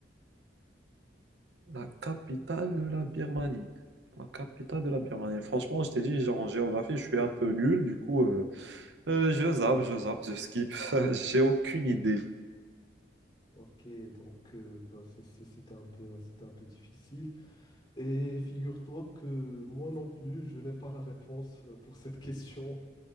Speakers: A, on the right (about 70°); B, on the left (about 30°).
A: La capitale de la Birmanie. La capitale de la Birmanie. Franchement, je t'ai dit, genre, en géographie, je suis un peu nul. Du coup, euh, euh, je zappe, je zappe, je skip. <laughs> J'ai aucune idée.
B: Ok, donc euh, bah, c'est- c'est- c'était un peu, c'était un peu difficile. Et figure-toi que moi non plus, je n'ai pas la réponse euh, pour cette question.